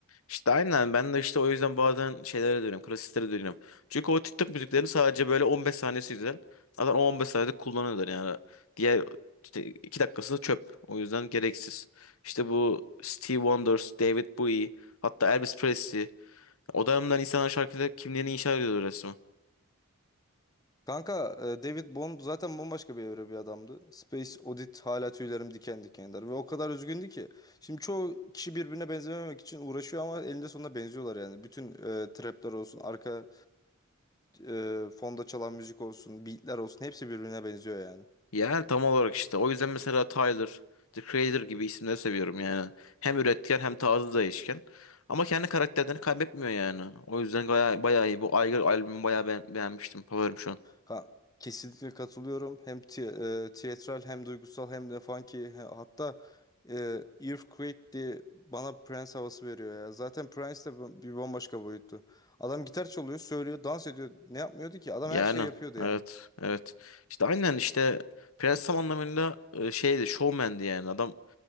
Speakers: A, on the left (about 70°); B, on the left (about 15°).
A: İşte aynen ben de işte o yüzden bazen şeylere dönüyorum. Klasiklere dönüyorum. Çünkü o TikTok müziklerini sadece böyle 15 saniyesi güzel. Zaten o 15 saniyede kullanıyorlar yani. Diğer işte 2 dakikası da çöp. O yüzden gereksiz. İşte bu Stevie Wonder, David Bowie, hatta Elvis Presley. O dönemden insanlar şarkıda kimliğini inşa ediyordu resmen.
B: Kanka e, David Bond zaten bambaşka bir evre bir adamdı. Space Oddity hala tüylerim diken diken eder. Ve o kadar üzgündü ki. Şimdi çoğu kişi birbirine benzememek için uğraşıyor ama elinde sonunda benziyorlar yani. Bütün e, trapler olsun, arka e, fonda çalan müzik olsun, beatler olsun hepsi birbirine benziyor yani.
A: Yani tam olarak işte. O yüzden mesela Tyler, The Creator gibi isimleri seviyorum yani. Hem üretken hem tarzı değişken. Ama kendi karakterlerini kaybetmiyor yani. O yüzden bayağı, bayağı iyi. Bu Aygır albümü bayağı beğen- beğenmiştim. Favorim şu an.
B: Ha, kesinlikle katılıyorum. Hem ti- e, tiyatral hem duygusal hem de funky. He- Hatta e, Earthquake diye bana Prince havası veriyor ya. Zaten Prince de bu- bir bambaşka boyuttu. Adam gitar çalıyor, söylüyor, dans ediyor. Ne yapmıyordu ki? Adam
A: Yani
B: her şeyi yapıyordu yani.
A: evet evet. İşte aynen işte Prens tam anlamıyla e, şeydi showman'di yani. Adam